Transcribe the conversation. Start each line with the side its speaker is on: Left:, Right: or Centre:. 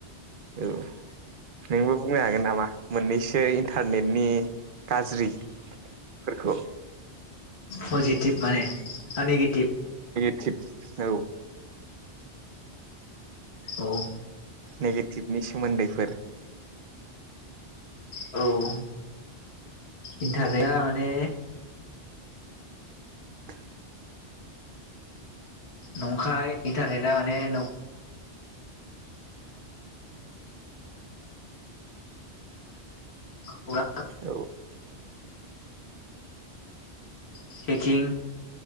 Right: औ नोंबो बुंनो हागोन नामा मोननैसो इन्टारनेटनि गाज्रिफोरखौ
Left: पजिटिभ माने ना नेगेटिभ
Right: टिभ औ
Left: औ
Right: नेगेटिभनि सोमोन्दैफोर
Left: औ इन्टारनेटा माने
Right: <unintelligible>
Left: नंखाय इन्टारनेटआ माने नं खौरां
Right: औ
Left: सेकिं